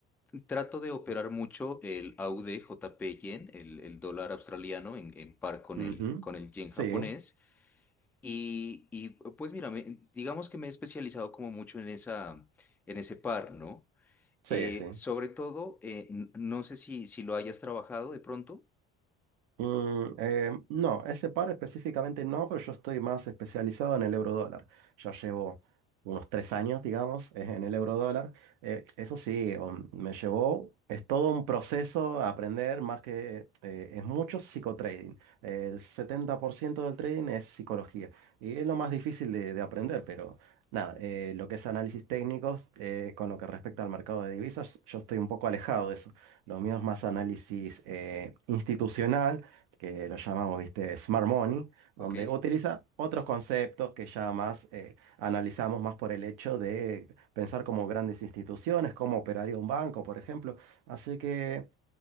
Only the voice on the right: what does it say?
Ujú.
Sí,
sí,
sí.
Mm, eh, no, ese par específicamente no, pero yo estoy más especializado en el eurodólar. Ya llevo unos tres años, digamos, eh, en el eurodólar. Eh, eso sí, um, me llevó, es todo un proceso a aprender, más que eh, es mucho psicotrading. El 70% del trading es psicología y es lo más difícil de, de aprender, pero nada, eh, lo que es análisis técnicos eh, con lo que respecta al mercado de divisas, yo estoy un poco alejado de eso. Lo mío es más análisis eh, institucional que lo llamamos, viste, Smart Money, donde
utiliza otros conceptos que ya más eh, analizamos más por el hecho de pensar como grandes instituciones, cómo operaría un banco, por ejemplo. Así que